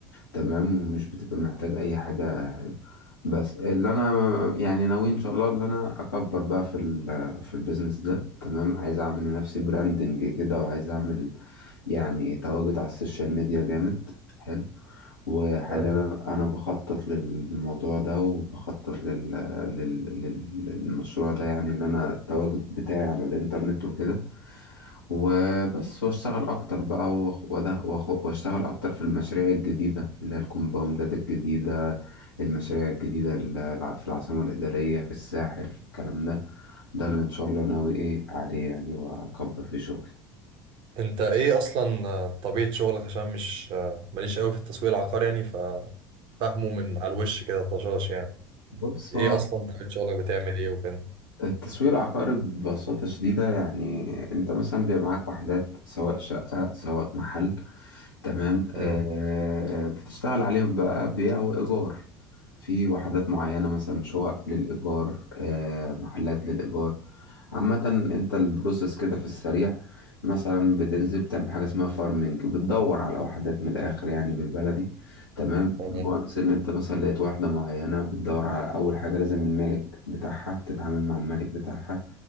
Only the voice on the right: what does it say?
حلو
أنت إيه أصلا آه، طبيعة شغلك عشان مش آه، ماليش قوي في التسويق العقاري يعني ففهمه من على الوش كده طشاش يعني
إيه
أصلا طبيعة شغلك بتعمل إيه وكده
حلو
تمام